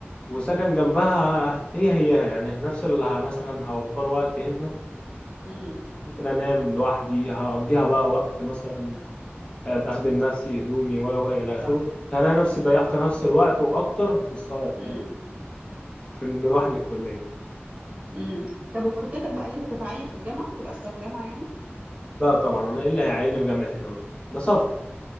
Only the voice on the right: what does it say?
امم
صح
امم
امم
امم طب وفي خطتك بقى اللي انت تتعين في الجامعة تبقى ستاف جامعة يعني